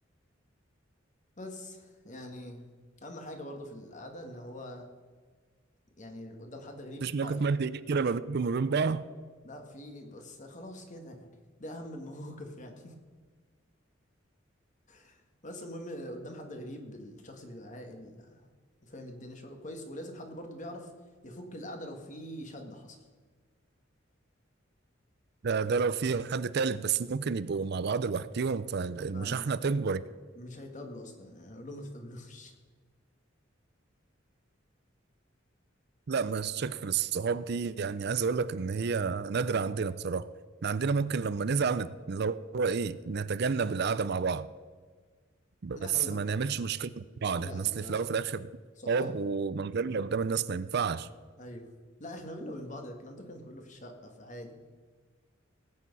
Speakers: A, on the left; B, on the right.
A: بس يعني اهم حاجة برضو في القعدة ان هو يعني قدام حد غريب
B: مفيش موقف
A: بقى
B: مادي كده ما بينكم وما بين بعض
A: لا في بس خلاص كده يعني ده اهم المواقف يعني <laughs> بس المهم قدام حد غريب الشخص بيبقى عاقل وفاهم الدنيا شوية كويس ولازم حد برضو بيعرف يفك القعدة لو في شد حصل
B: ده ده لو في حد تالت بس ممكن يبقوا مع بعض لوحديهم فالمشاحنة
A: لا
B: تكبر يعني.
A: مش هيتقابلوا اصلا يعني هنقول لهم ما تتقابلوش
B: لا مشاكل الصحاب دي يعني عايز اقول لك ان هي نادرة عندنا بصراحة احنا عندنا ممكن لما نزعل نت- اللي هو ايه نتجنب القعدة مع بعض
A: <laughs>
B: بس
A: لا احنا ما-
B: ما نعملش مشكلة مع بعض
A: لا
B: احنا
A: لا
B: اصل
A: لا
B: في الاول وفي الاخر
A: صحاب
B: صحاب ومنظرنا قدام الناس ما ينفعش
A: ايوه لا احنا بينا وبين بعض الكلام ده كان كله في الشقه فعادي